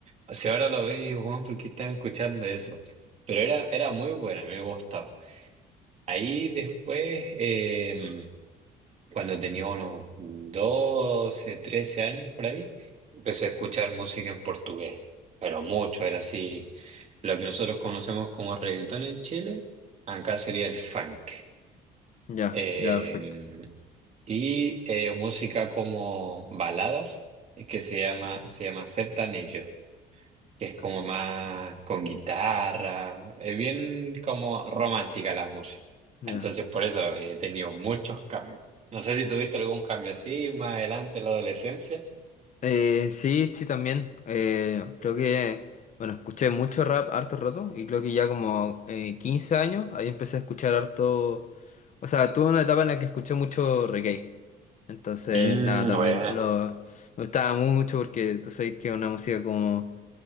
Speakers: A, on the right; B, on the left.
A: o sea, ahora lo veo y digo, weón, ¿por qué estaba escuchando eso? Pero era, era muy buena, me gustaba. Ahí después, eh, cuando tenía unos 12 13 años por ahí, empecé a escuchar música en portugués, pero mucho, era así, lo que nosotros conocemos como reggaetón en Chile, acá sería el funk.
B: Ya,
A: Eh,
B: ya, perfecto.
A: y eh, música como baladas, eh, que se llama, se llama Sertanejo, que es como más con guitarra, es bien como romántica la música.
B: Ya.
A: Entonces por eso he tenido muchos cambios. No sé si tuviste algún cambio así más adelante en la adolescencia.
B: Eh, sí, sí, también. Eh, creo que, bueno, escuché mucho rap harto rato y creo que ya como eh, 15 años ahí empecé a escuchar harto. O sea, tuve una etapa en la que escuché mucho reggae. Entonces,
A: Mm,
B: nada, también
A: buena.
B: lo, me gustaba mucho porque tú sabes que es una música como